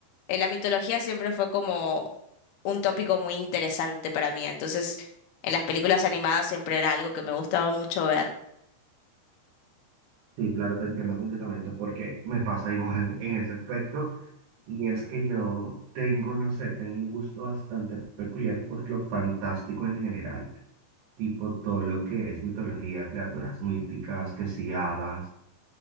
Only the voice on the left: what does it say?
eh, la mitología siempre fue como un tópico muy interesante para mí. Entonces, en las películas animadas siempre era algo que me gustaba mucho ver.